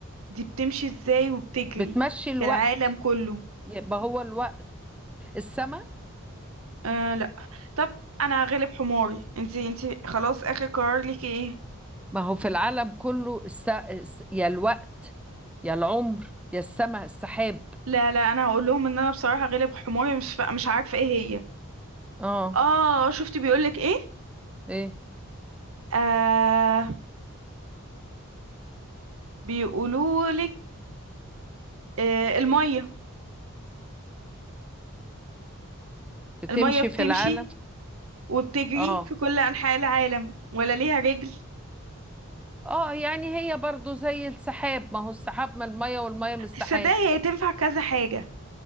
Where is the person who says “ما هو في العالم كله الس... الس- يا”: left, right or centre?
Centre